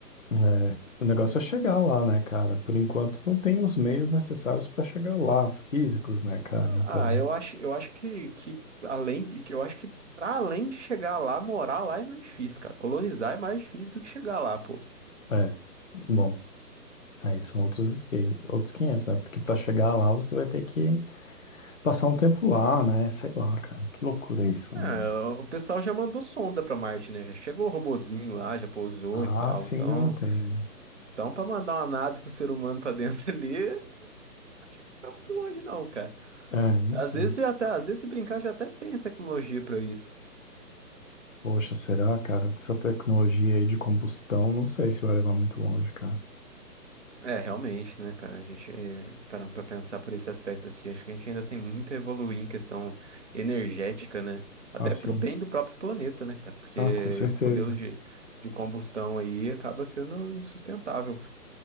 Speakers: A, on the left; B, on the right.
A: É, o negócio é chegar lá, né, cara? Por enquanto não tem os meios necessários para chegar lá, físicos, né, cara? Então,
B: Ah, eu acho, eu acho que, que além que eu acho que para além de chegar lá, morar lá é mais difícil, cara. Colonizar é mais difícil do que chegar lá, pô.
A: é. Bom. Aí são outros, esque- outros 500, né? Porque para chegar lá você vai ter que passar um tempo lá, né? Sei lá, cara. Que loucura isso,
B: Ah,
A: né?
B: o pessoal já mandou sonda pra Marte, né? Já chegou o robozinho lá, já pousou
A: Ah,
B: e tal.
A: sim,
B: Então,
A: não tem.
B: então para mandar uma nave com o ser humano pra dentro <laughs> ali, acho que não tá muito longe não, cara.
A: É, não
B: Às
A: sei.
B: vezes já até, às vezes se brincar já até tem a tecnologia pra isso.
A: Poxa, será, cara? Essa tecnologia aí de combustão, não sei se vai levar muito longe, cara.
B: É, realmente, né, cara? A gente, parando pra pensar por esse aspecto, assim, acho que a gente ainda tem muito a evoluir em questão energética, né? Até
A: Ah, sim.
B: pro bem do próprio planeta, né, cara? Porque
A: Ah, com certeza.
B: esse modelo de, de combustão aí acaba sendo insustentável